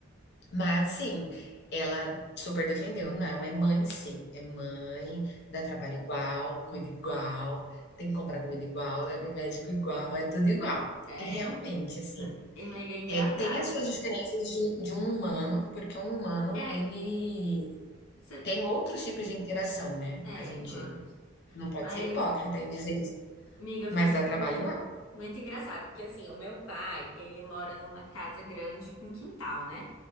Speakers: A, on the left; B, on the left.
A: Mas sim, ela super defendeu. Não, é mãe, sim, é mãe, dá trabalho igual, cuida igual, tem que comprar comida igual, leva em médico igual, é tudo igual.
B: É,
A: E realmente, assim,
B: n- e, amiga, é engraçado.
A: é, tem as suas diferenças de, de um humano, porque um humano,
B: É,
A: ele
B: você,
A: tem outros tipos de interação, né?
B: é,
A: A gente
B: lógico.
A: não pode
B: Mas,
A: ser hipócrita em dizer isso,
B: amiga, foi
A: mas
B: muito,
A: dá trabalho igual.
B: muito engraçado, porque assim, o meu pai, ele mora numa casa grande com quintal, né?